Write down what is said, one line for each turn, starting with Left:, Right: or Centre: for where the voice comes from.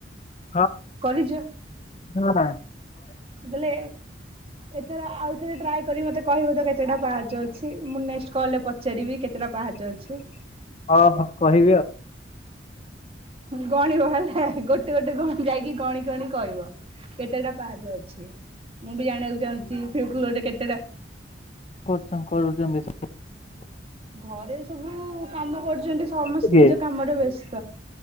Left: ହଁ
Right: କରିଚ।
Left: ହଁ।
Right: କଲେ ଏଥରେ ଆଉ ଥରେ ଟ୍ରାଏ କରି ମତେ କହିବ ତ କେତେଟା ପାହାଚ ଅଛି ମୁଁ ନେକ୍ସଟ କଲରେ ପଚାରିବି କେତେଟା ପାହାଚ ଅଛି?
Left: ହଁ ହଁ କହି
Right: ଗଣିବ ହେଲା ଗୋଟେ ଗୋଟେ ଗଣ ଯାଇକି ଗଣି ଗଣି କହିବ। କେତେଟା ପାହାଚ ଅଛି ମୁଁ ବି ଜାଣିବାକୁ ଚାହୁଁଛି <inaudible> କେତେଟା
Left: କରଚମ୍ କର ରଛନ୍ତି। <inaudible>
Right: ଘରେ ସବୁ କାମ କରୁଛନ୍ତି ସମସ୍ତେ
Left: ସେ କିଏ
Right: ନିଜ କାମରେ ବେଶ